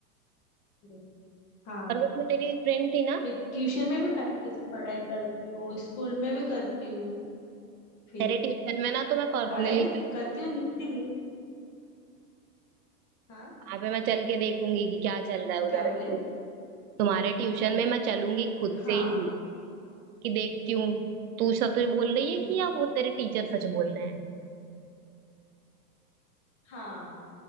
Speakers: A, on the left; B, on the right.
A: हम्म, हाँ
B: और वो जो मेरी फ्रेंड थी ना
A: मैं ट्यूशन में भी मैं अच्छे से पढ़ाई करती हूँ स्कूल में भी करती हूँ फिर
B: मेरे ट्यूशन में ना तो मैं पर्सनली
A: पढ़ाई में करती हूँ लिखती भी हाँ
B: वहां पे मैं चल के देखूंगी कि क्या चल रहा है उधर
A: क्या बोले
B: तुम्हारे ट्यूशन में मैं चलूंगी खुद
A: हाँ
B: से ही कि देखती हूँ तू सच बोल रही है
A: ठीक
B: कि या वो तेरे टीचर सच बोल रहे हैं
A: हाँ